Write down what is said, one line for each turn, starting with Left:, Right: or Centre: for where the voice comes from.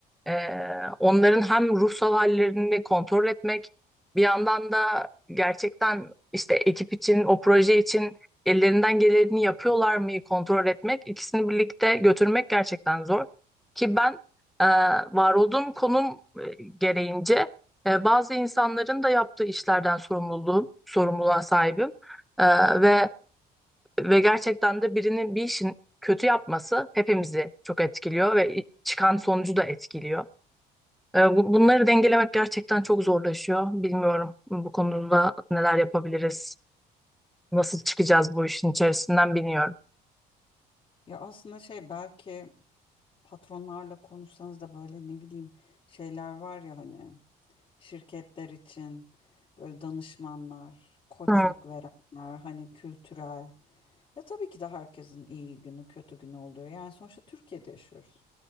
Centre: ee, onların hem ruhsal hallerini kontrol etmek, bir yandan da gerçekten işte ekip için, o proje için ellerinden geleni yapıyorlar mı kontrol etmek, ikisini birlikte götürmek gerçekten zor. Ki ben e, var olduğum konum e, gereğince e, bazı insanların da yaptığı işlerden sorumluluğum, sorumluluğa sahibim. E, ve ve gerçekten de birinin bir işin kötü yapması hepimizi çok etkiliyor ve çıkan sonucu da etkiliyor. E, bu- Bunları dengelemek gerçekten çok zorlaşıyor. Bilmiyorum bu konuda neler yapabiliriz, nasıl çıkacağız bu işin içerisinden bilmiyorum.
Left: Ya aslında şey belki patronlarla konuşsanız da böyle ne bileyim şeyler var ya hani şirketler için böyle danışmanlar, koçluk
Centre: Hı,
Left: verenler hani kültürel Ya tabii ki de herkesin iyi günü, kötü günü oluyor. Yani sonuçta Türkiye'de yaşıyoruz.